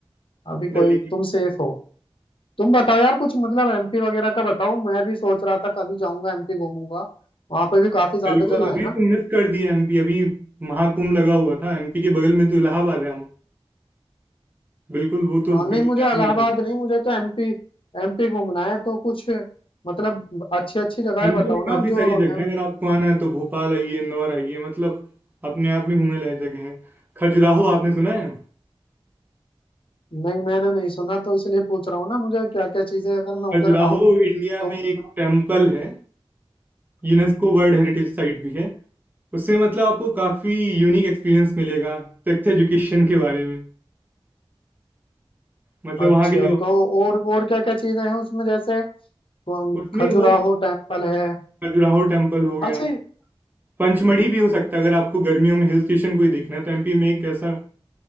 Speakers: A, on the left; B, on the right.
A: अभी कोई
B: दिल्ली की
A: तुम सेफ हो तुम बताओ यार कुछ मतलब एमपी वगैरह का बताओ मैं भी सोच रहा था कभी जाऊंगा एमपी घूमूंगा वहां पे भी काफी ज्यादा
B: बिल्कुल
A: जगह
B: अभी
A: है ना
B: तो मिस कर दिया एमपी अभी महाकुंभ लगा हुआ था एमपी के बगल में तो इलाहाबाद है हम बिल्कुल वो तो
A: हाँ नहीं
B: बिल्कुल
A: मुझे
B: जाने
A: इलाहाबाद
B: लगे
A: नहीं मुझे तो एमपी एमपी घूमना है तो कुछ मतलब अच्छी अच्छी जगह
B: एमपी
A: बताओ
B: में
A: ना
B: काफी
A: जो
B: सारी जगह
A: एम
B: है अगर आपको आना है तो भोपाल आइए इंदौर आइए मतलब अपने आप में घूमने लायक जगह है खजुराहो आपने सुना है
A: नहीं मैंने नहीं सुना तो इसलिए पूछ रहा हूँ ना मुझे क्या क्या चीजें अगर मैं
B: खजुराहो
A: उधर आऊं
B: इंडिया
A: तो
B: में एक टेम्पल है यूनेस्को वर्ल्ड हेरिटेज साइट भी है उससे मतलब आपको काफी यूनिक एक्सपीरियंस मिलेगा सेक्स एजुकेशन के बारे में मतलब
A: अच्छा
B: वहाँ के जो
A: तो और और क्या क्या चीजें हैं उसमें जैसे अम,
B: उसमें
A: खजुराहो
B: वो
A: टेम्पल है
B: खजुराहो टेम्पल हो गया
A: अच्छा ये-
B: पंचमढ़ी भी हो सकता है अगर आपको गर्मियों में हिल स्टेशन कोई देखना है तो एमपी में एक ऐसा